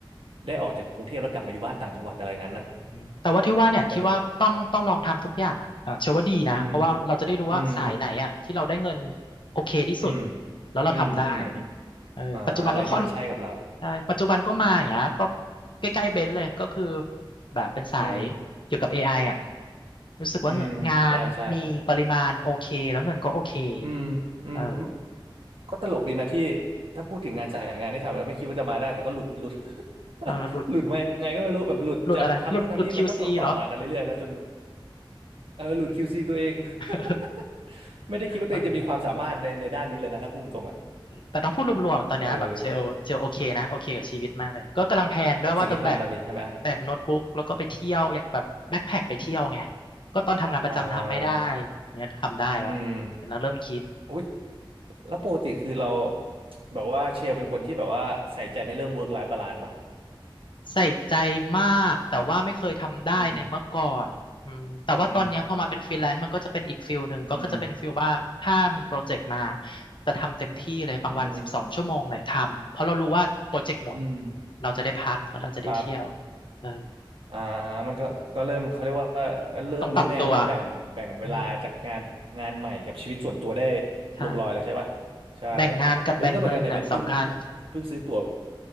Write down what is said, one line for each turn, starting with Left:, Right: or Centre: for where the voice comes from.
Right: ได้ออกจากกรุงเทพแล้วกลับมาอยู่บ้านต่างจังหวัดอะไรงั้นนะ
Left: อืมแต่ว่าที่ว่าเนี่ยที่ว่าต้องต้องลองทำทุกอย่างอ่ะอ่าเชื่อว่าดีนะเพราะว่าเราจะได้รู้ว่าสายไหนอ่ะที่เราได้เงิน
Right: แล้วเดอืมอืม
Left: โอเคที่สุด
Right: อืม
Left: แล้วเราทำได้อย่างเงี้ยเออปัจจุบันก็ค่อน
Right: อืมอืมอมอ่าอะไรที่มันใช่กับเรา
Left: ใช่ปัจจุบันก็มาอย่างเงี้ยก็ใกล้ๆเบนซ์เลยก็คือแบบเป็นสายเกี่ยวกับเอไออ่ะ
Right: อืม
Left: รู้สึกว่าเงินงานมีปริมาณโอเคแล้วเงินก็โอเค
Right: อืมใช่ใช่อืมอืม
Left: เออ
Right: ก็ตลกดีนะที่ถ้าพูดถึงงานสายงานที่ทำแล้วไม่คิดว่าจะมาได้แต่ก็หลุดหลุด <laughs>
Left: เออหลุด
Right: หลุดมายังไงก็ไม่รู้แบบหลุดจับทำนู่นทำนี่มันก็ต่อต่อมากันเรื่อยๆนะจน
Left: หลุดอะไรหลุดหลุด QC เหรอ
Right: เออหลุด QC ตัวเอง <laughs>
Left: <laughs>
Right: ไม่ได้คิดว่าตัวเองจะมีความสามารถในในด้านนี้เลยนะถ้าพูดตรงๆอ่ะ
Left: เออแต่ถ้าพูดรวมๆตอนเนี้ยแบบเชลเชลโอเคนะโอเคกับชีวิตมากเลยก็กำลังแพลนด้วยว่าจะแบก
Right: เออแต่กับสิ่งที่ทำตอนนี้ใช่ไหม
Left: แบกโน้ตบุ๊กแล้วก็ไปเที่ยวอยากแบบแบ็คแพ็คไปเที่ยวไงก็ตอนทำงานประจำทำไม่ได้
Right: อ่า
Left: เนี่ยทำได้แล้วเ็แล้วเริ่มคิด
Right: อืมอุ๊ยแล้วปกติคือเราแบบว่าเชลเป็นคนที่แบบว่าใส่ใจในเรื่อง work life balance ปะ
Left: ใส่ใจมากแต่ว่าไม่เคยทำได้ในเมื่อก่อนอืมแต่ว่าตอนเนี้ยพอมาเป็นฟรีแลนซ์มันก็จะเป็นอีกฟิลหนึ่งก็คือจะเป็นฟิลว่าถ้ามีโปรเจกต์มา
Right: อืมอืมอืม
Left: จะทำเต็มที่เลยบางวันสิบสองชั่วโมงเลยทำเพราะเรารู้ว่าโปรเจกต์หมด
Right: อืมอืม
Left: เราจะได้พักแล้วเราจะได้เที่ยว
Right: ครับ
Left: เออ
Right: อ่ามันก็ก็เริ่มเขาเรียกว่าเริ่มรู้แนวเริ่มแบ่งแบ่งเวลาจากงานงานใหม่กับชีวิตส่วนตัวได้
Left: ต้องปรับตัวอืมใช่
Right: ลงรอยแล้วใช่ป่ะใช่
Left: แบ่งงานกับแบ่งเงินน่ะสำคัญ
Right: เบนก็เหมือนกันเนี่ยเบนเพิ่งเพิ่งซื้อตั๋ว